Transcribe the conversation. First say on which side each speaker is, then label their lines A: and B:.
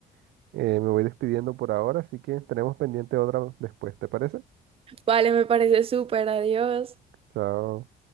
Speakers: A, on the right; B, on the right.
A: eh, me voy despidiendo por ahora, así que tenemos pendiente otra después, ¿te parece?
B: <laughs> Vale, me parece súper, adiós.
A: Chao.